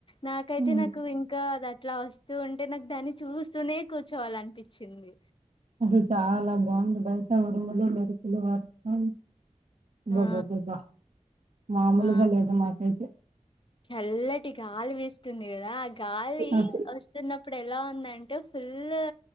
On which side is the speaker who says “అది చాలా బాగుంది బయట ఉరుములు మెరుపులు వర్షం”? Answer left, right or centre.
Right